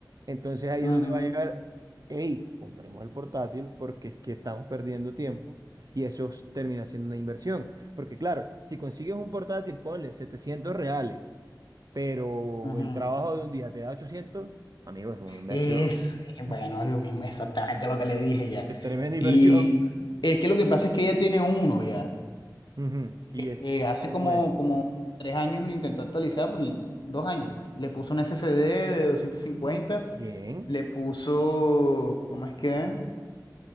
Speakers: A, on the right; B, on the left.
A: Entonces ahí
B: Ujú,
A: es donde va a llegar, hey, compremos el portátil porque es que estamos perdiendo tiempo y eso s- termina siendo una inversión. Porque claro, si consigues un portátil, ponle 700 reales, pero
B: ujú.
A: el trabajo de un día te da 800 amigo, es una inversión,
B: Es, eh, bueno,
A: <laughs>
B: es lo mismo, exactamente lo que le dije ya.
A: es tremenda inversión.
B: Sí, Y es que lo que pasa es que ella tiene uno ya.
A: <laughs> Ujú. Y ese,
B: Eh, hace
A: ¿cómo
B: como,
A: es?
B: como tres años lo intentó actualizar, por dos años. Le puso un SSD de 250
A: Bien.
B: le puso, ¿cómo es que? es?